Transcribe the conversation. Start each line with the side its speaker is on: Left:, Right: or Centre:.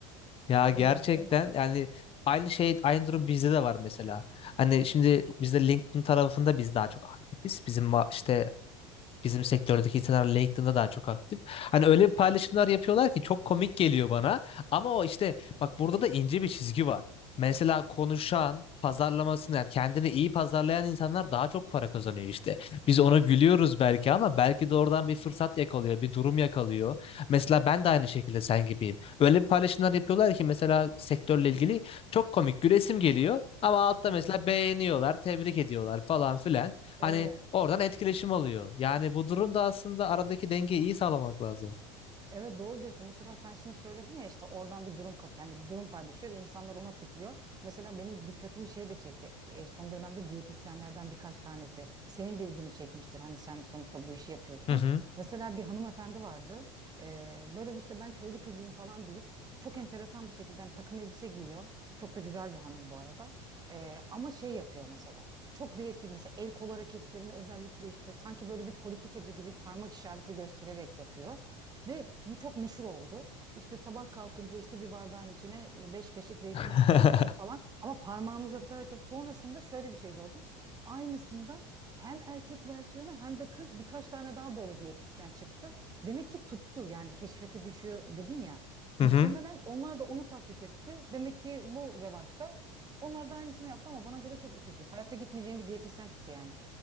Left: ya
Right: öyle
Left: gerçekten
Right: bir durum var.
Left: yani aynı şey aynı durum bizde de var mesela. Hani şimdi bizde LinkedIn tarafında biz daha çok aktifiz. Bizim ma- işte bizim sektördeki insanlar LinkedIn'da daha çok aktif. Hani öyle paylaşımlar
Right: Ha,
Left: yapıyorlar ki çok komik geliyor bana. Ama o işte bak burada da ince bir çizgi var. Mesela konuşan, pazarlamasını yani kendini iyi pazarlayan insanlar daha çok para kazanıyor işte. Biz ona gülüyoruz belki ama belki de oradan bir fırsat yakalıyor, bir durum yakalıyor. Mesela ben de aynı şekilde sen gibiyim. Öyle bir paylaşımlar yapıyorlar ki mesela sektörle ilgili çok komik gülesim geliyor ama altta
Right: Evet,
Left: mesela beğeniyorlar, tebrik ediyorlar falan filan. Hani
Right: evet.
Left: Oradan etkileşim alıyor. Yani bu durumda aslında aradaki dengeyi iyi sağlamak lazım.
Right: Evet doğru diyorsun. Mesela sen şimdi söyledin ya işte oradan bir durum kap yani bir durum paylaşıyor ve insanlar ona tıklıyor. Mesela benim dikkatimi şey de çekti. E, son dönemde diyetisyenlerden birkaç tanesi. Senin de ilgini çekmiştir. Hani sen sonuçta bu işi yapıyorsun.
Left: Hı hı.
Right: Mesela bir hanımefendi vardı. E, böyle bir işte ben köylü kızıyım falan deyip çok enteresan bir şekilde hani takım elbise giyiyor. Çok da güzel bir hanım bu arada. E, ama şey yapıyor mesela. Çok direktif mesela el kol hareketlerini özellikle işte sanki böyle bir politikacı gibi parmak işareti göstererek yapıyor. Ve bu çok meşhur oldu. İşte sabah kalkınca işte bir bardağın içine e, beş kaşık zeytinyağı
Left: <laughs>
Right: koyup için falan. Ama parmağını uzatarak yap. Sonrasında şöyle bir şey gördüm. Aynısından hem erkek versiyonu hem de kız birkaç tane daha böyle diyetisyen çıktı. Demek ki tuttu yani keşfete düşüyor dedin ya.
Left: Hı
Right: Muhtemelen
Left: hı.
Right: onlar da onu taklit etti. Demek ki bu revaçta. Onlar da aynısını yaptı ama bana göre çok itici. Hayatta gitmeyeceğim bir diyetisyen tipi yani.